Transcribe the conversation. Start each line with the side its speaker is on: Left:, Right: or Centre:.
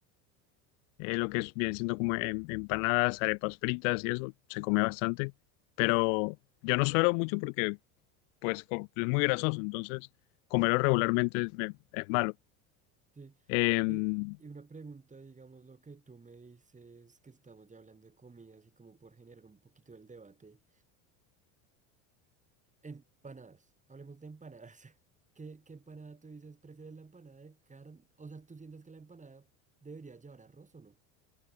Left: eh, lo que es, viene siendo como em- empanadas, arepas fritas y eso, se come bastante, pero yo no suelo mucho porque pues co- es muy grasoso, entonces comerlo regularmente es, me- es malo.
Right: Sí.
Left: Em,
Right: Y, y una pregunta, digamos, lo que tú me dices, que estamos ya hablando de comida, así como por generar un poquito el debate. Empanadas, hablemos de empanadas. <laughs> ¿Qué, qué empanada tú dices? ¿Prefieres la empanada de carne? O sea, ¿tú sientes que la empanada debería llevar arroz o no?